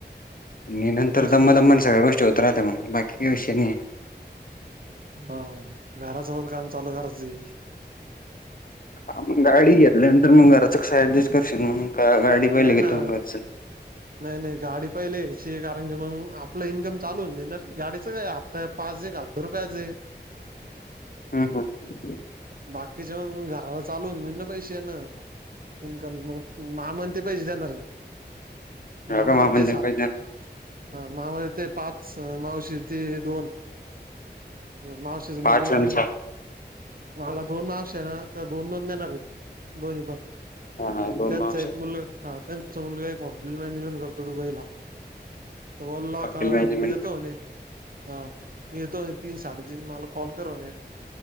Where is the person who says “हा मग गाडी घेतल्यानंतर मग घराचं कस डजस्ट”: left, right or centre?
Left